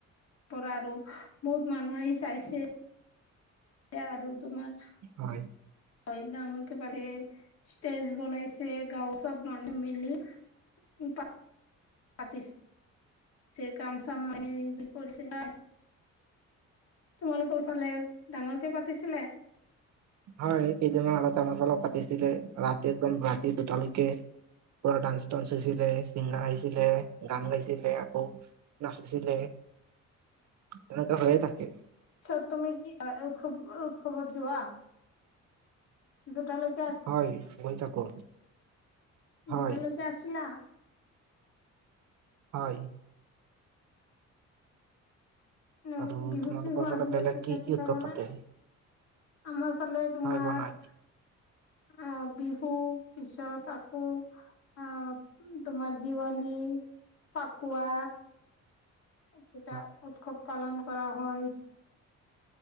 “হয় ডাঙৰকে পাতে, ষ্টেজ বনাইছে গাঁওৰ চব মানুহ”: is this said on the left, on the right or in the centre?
Left